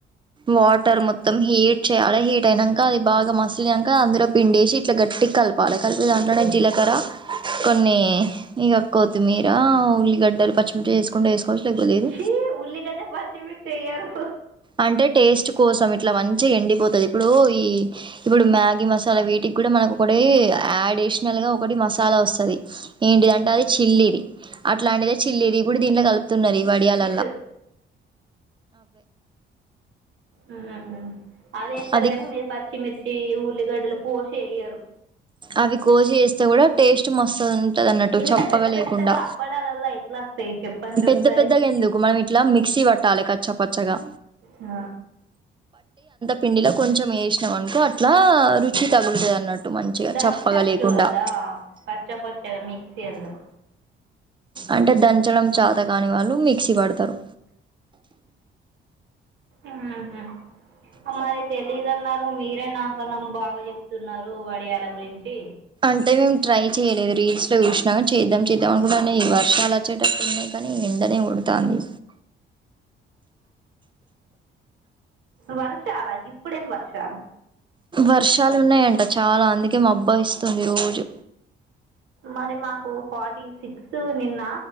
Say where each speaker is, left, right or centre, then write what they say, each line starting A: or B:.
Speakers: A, on the right; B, on the right.
A: వాటర్ మొత్తం హీట్ చేయాలి హీట్ అయినాక అది బాగా <unintelligible> అందులో పిండేసి ఇట్ల గట్టిగ కలపాలి కలిపే దాంట్లోనే జీలకర్ర కొన్ని ఇక కొతిమీర ఉల్లిగడ్డలు పచ్చిమిర్చ వేసుకుంటే వసుకోవచ్చు లేకపోతే లేదు
B: ఛీ ఉల్లిగడ్డ పచ్చిమిర్చి వేయరు
A: అంటే టేస్ట్ కోసం ఇట్ల మంచిగా ఎండిపోతుంది ఇప్పుడు ఈ ఇప్పుడు మ్యాగీ మసాలా వీటికి కూడ మనకు ఒక యాడ్ అడిషనల్ గా ఒకటి మసాలా వస్తుది ఏంటిదంటే అది చిల్లీది అట్లాంటిదే చిల్లిది ఇప్పుడు దీనిలో కలుపుతున్నారు ఈ వడియాల
B: అట్ అ అవి వేస్తారు
A: అది
B: కానీ మీరు పచ్చిమిర్చి ఉల్లిగడ్డలు కోసి వెయ్యారు
A: అవి కోసి చేస్తే కూడ టేస్ట్ మస్త్ వుంటధన్నట్టు
B: ఇంత
A: చెప్పగా
B: పెద్ద
A: లేకుండా
B: పెద్దగా అప్పడాలలా ఎట్లా వస్తాయి చెప్పండి
A: పెద్ద
B: ఒకసారి
A: పెద్దగ ఎందుకు మనం ఇట్లా మిక్సీ పట్టాలి కచ్చపచ్చగా
B: ఆ
A: పిండిలో కొంచెం వేసినాం అనుకో అట్లా రుచి తగులుతుది అన్నట్టు మంచిగా
B: దన్చచ్చు
A: చప్పగా లేకుండా
B: కదా పచ్చా పచ్చగా మిక్సి ఎందుకు
A: అంటే దంచడం చాత కాని వాళ్ళు మిక్సీ పడతారు
B: ఆహ మరి తెలీదన్నారు మీరే నాకన్నాం బాగా చెప్తున్నారు వడియాల గురించి
A: అంతే మేము ట్రై చేయలేదు రీల్స్ లో చూసినా గాని చేద్దాం చేద్దాం అనుకుంటన్నా ఈ వర్షాలు వచ్చేటప్పుడు ఉన్నాయి కానీ ఎండనే కొడుతాంది
B: వర్షలా గిప్పుడేం వర్షాలు
A: వర్షాలు ఉన్నాయంట చాలా అందుకే మాబ్బాస్తుంది రోజు
B: మరి మాకు ఫార్టీ సిక్స్ నిన్న